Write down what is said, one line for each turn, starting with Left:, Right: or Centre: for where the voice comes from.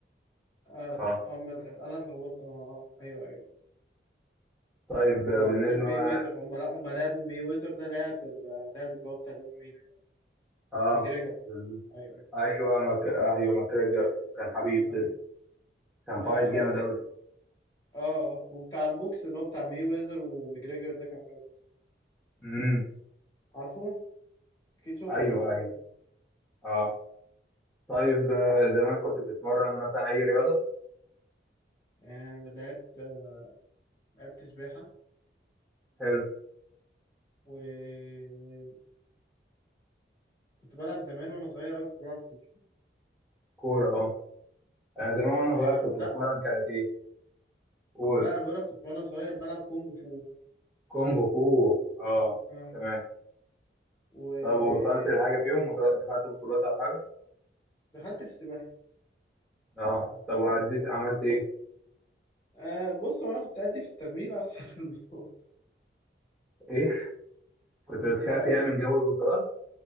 Left: آه
Centre: اه
Left: أما ال- انا اتلخبطت انا اه ايوه ايوه
Centre: طيب بالنسبه
Left: انا قلت لك مي
Centre: ما...
Left: ويزر هم لا هم لعبوا مي ويزر ده لعب ال- لعب اللي هو بتاع الام ام اي ده كان
Centre: اه
Left: مجريجر
Centre: بالظبط.
Left: ايوه ايوه
Centre: ايوه مك... ايوه ماجرجر وكان حبيب
Left: ايوه
Centre: ضد كان فايت
Left: اه خ-
Centre: جامد
Left: اه
Centre: قوي
Left: آه. وبتاع البوكس اللي هو بتاع مي ويزر ومجريجر ده كان حلو
Centre: امم
Left: عارفه اكيد شفته
Centre: ايوه
Left: ده مشهور
Centre: ايوه
Left: جدا
Centre: اه طيب آه، زمان كنت بتتمرن مثلا اي رياضه
Left: آه لعبت آه، لعبت سباحة
Centre: حلو
Left: وكنت بلعب زمان وانا صغير قوي كنت بلعب كونج فو
Centre: كوره اه انا زمان
Left: آه،
Centre: وانا صغير كنت بتمرن
Left: لا
Centre: كاراتيه قول
Left: آه، لا انا بقولك كنت وانا صغير بلعب كونج فو
Centre: كونغ فو اه
Left: اه
Centre: تمام
Left: ودخلت
Centre: طب ووصلت لحاجة فيهم وصل- دخلت بطولات أو حاجة؟
Left: في السباحه
Centre: اه طب وعديت عملت إيه؟
Left: آه بص وانا كنت ادي في التمرين اخسر في البطولات
Centre: إيه؟ <laughs> كنت
Left: كنت
Centre: بتخاف
Left: بادي
Centre: يعني من
Left: في
Centre: جو البطولات؟